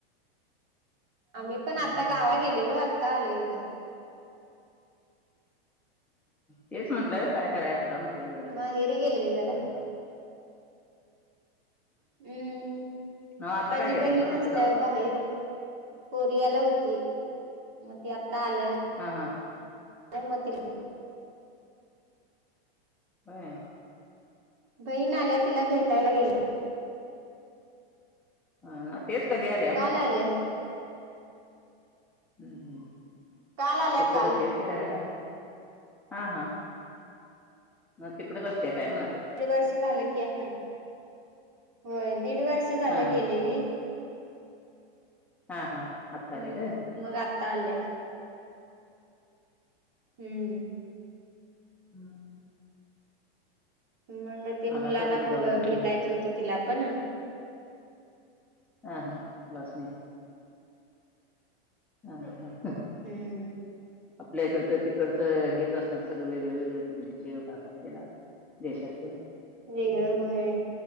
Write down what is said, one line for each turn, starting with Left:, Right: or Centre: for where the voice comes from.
Right: आम्ही
Centre: हम्म
Right: पण आता गावा गेलेलो आता आलोय बघा...
Centre: तेच म्हंटलं काय कराय आता म्हटलं वेळ लाव....
Right: माहेरी गेले जरा
Centre: ला.
Right: हम्म...
Centre: नव्ह आता
Right: माझी
Centre: काय गेलतासा
Right: बहीण
Centre: म्हटलं
Right: हासत्या....
Centre: गावाला
Right: बाहेर. कोरियाला होती. मग ती आता आल्या...
Centre: हा -हा....
Right: <unintelligible>
Centre: होय.
Right: बहीण आल्या तिला भेटायला गेलो.
Centre: हा ना तेच कधी आल्या
Right: काल
Centre: म्हटलं
Right: आल्या
Centre: हम्म हम्म.
Right: काल आल्या
Centre: तिकडच
Right: काल
Centre: असत्या
Right: दीड
Centre: होय ती राहायला हा हा मग तिकडेच असत्या काय म्हणालोय.
Right: दीड वर्ष झालं की आहे होय दीड वर्ष झालं
Centre: हा
Right: गेलेली.
Centre: हा हा. हा. आत्ता
Right: हम्म
Centre: आले काय
Right: मग आता आल्या हम्म.
Centre: हम्म.
Right: मग ते मुलांना
Centre: आला स तिकडे
Right: ब
Centre: जाऊन भेटून
Right: भेटायचं होतं तिला पण.
Centre: हा हा मुलांनी हा हा.
Right: हम्म.
Centre: आपल्या इकडूच तिकडचं हेच असणार सगळं वेगळं वेगळं भागात याला देशातले
Right: वेगळं होय